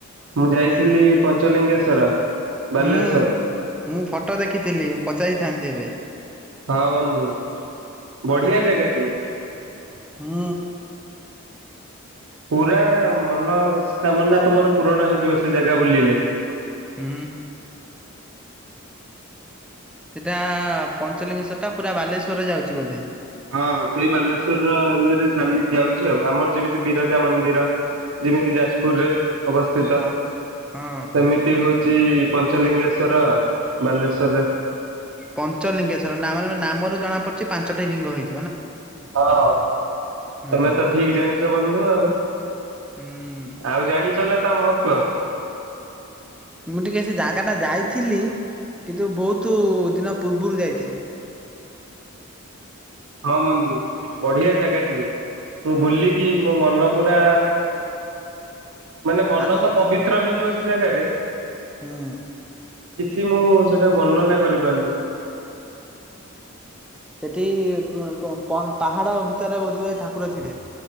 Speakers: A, on the right; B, in the centre.
A: ମୁଁ ଯାଇଥିଲି
B: ହୁଁ
A: ପଞ୍ଚଲିଙ୍ଗେଶ ଶ୍ବର ବାଲେଶ୍ଵର
B: ହୁଁ। ମୁଁ ଫଟୋ ଦେଖିଥିଲି ମୁ ପଚାରିଥାନ୍ତି ଏବେ।
A: ହଁ ବନ୍ଧୁ
B: ହଁ
A: ବଢିଆ ଜାଗା ଟିଏ।
B: ହୁଁ।
A: ପୁରା ମନସ୍କାମନା ତୁମର ପୂରଣ ହେଇଯିବ ସେ ଜାଗା ବୁଲିଲେ।
B: ହୁଁ। ସେଟା ପଞ୍ଚଲିଙ୍ଗେଶ୍ଵର ଟା ପୁରା ବାଲେଶ୍ଵରରେ ଯାଉଚି ବୋଧେ।
A: ହଁ ସେଇ ବାଲେଶ୍ଵରର ଇଏରେ ଚାଲି ଯାଉଛି ଆଉ ଆମର ଯେମିତି ବିରଜା ମନ୍ଦିର ଯେମିତି ଯାଜପୁରରେ। ଅବସ୍ଥିତ
B: ହଁ। ହଁ
A: ସେମିତି ହଉ ଛି ପଞ୍ଚଲିଙ୍ଗେଶ୍ଵର ବାଲେଶ୍ଵରରେ
B: ପଞ୍ଚ ଲଲିଙ୍ଗେଶ୍ଵର ନାମ ର ଜଣା ପଡିଛି ପାଞ୍ଚଟି ଲିଙ୍ଗ ହେଇ
A: ହଁ
B: ହୁଁ।
A: ତମେ ତ ଠିକ୍ ଜାଣିଛ ବନ୍ଧୁ ଆଉ
B: ହୁଁ
A: ଆଉ ଜାଣିଛନା ତା ମହତ୍ବ?
B: ମୁଁ ଟିକେ ସେ ଜାଗା ଟା ଯାଇଥିଲି କିନ୍ତୁ ବହୁତ ଦିନ ପୂର୍ବରୁ ଯାଇଥିଲି।
A: ହଁ ବନ୍ଧୁ ବଢିଆ ଜାଗାଟିଏ। ମୁଁ
B: ହୁଁ
A: ବୁଲିକି ମୋ ମନ ପୁରା ମାନେ ମନ
B: ଆନନ୍ଦିତ
A: ତ ପବିତ୍ର
B: ଘର
A: ହେଇଯିବ ସେ ଜାଗାରେ
B: ହୁଁ।
A: କିଛି ମୁଁ ସେଟାକୁ ବର୍ଣ୍ଣନା କରିପାରୁନି।
B: ସେଠି ପାହାଡ ଭିତରେ ବୋଧ ଠାକୁର ଥିବେ।